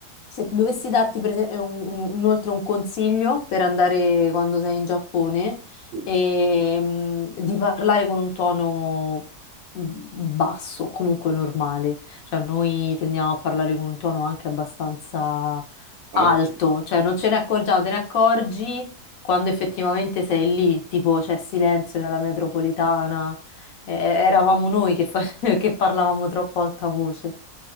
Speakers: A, on the left; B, on the right.
A: se dovessi darti per esempio, un- un- inoltre un consiglio per andare quando sei in Giappone,
B: Sì.
A: ehm, di parlare con un tono mhmm, basso, comunque normale. Cioè, noi tendiamo a parlare con un tono anche abbastanza
B: Ah,
A: alto,
B: sì.
A: cioè non ce ne accorgiamo, te ne accorgi quando effettivamente sei lì, tipo c'è silenzio nella metropolitana, eh, eravamo noi che, fa- <laughs> che parlavamo troppo a alta voce.